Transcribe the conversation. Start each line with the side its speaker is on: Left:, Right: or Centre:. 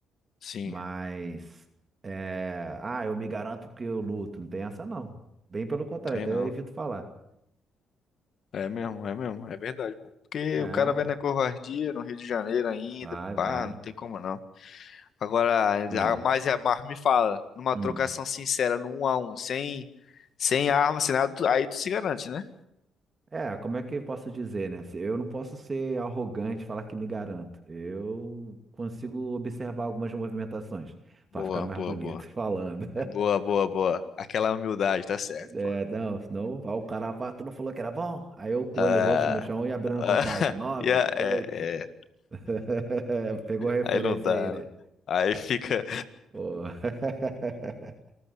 Left: Sim,
Right: Mas, é... ah, eu me garanto porque eu luto, não tem essa não. Bem pelo contrário,
Left: tem
Right: até
Left: não.
Right: eu evito falar.
Left: É mesmo, é mesmo. É verdade, pô. Porque
Right: É,
Left: o cara vai
Right: pô.
Left: na covardia no Rio de Janeiro ainda.
Right: Vai,
Left: Pá,
Right: vai.
Left: não tem como não. Agora, a-
Right: Ah,
Left: mas, a- mas me fala, numa
Right: hum.
Left: trocação sincera, no 1 a um sem, sem arma, sem nada, tu- aí tu se garante, né?
Right: É, como é que eu posso dizer, né? Se- Eu não posso ser arrogante e falar que me garanto. Eu consigo observar algumas movimentações pra
Left: Boa,
Right: ficar mais
Left: boa,
Right: bonito
Left: boa.
Right: <laughs> falando.
Left: É Boa, boa, boa. Aquela humildade, tá certo,
Right: É,
Left: pô.
Right: não, senão vai o cara fala, tu não falou que era bom? Aí eu com
Left: Ah,
Right: o olho roxo no chão e abrindo a
Left: ah,
Right: contagem. Nove,
Left: <laughs> e a-
Right: oito.
Left: é, é.
Right: <laughs> Pegou a referência
Left: Aí não dá,
Right: aí, né?
Left: né? Aí fica.
Right: Pô. <laughs>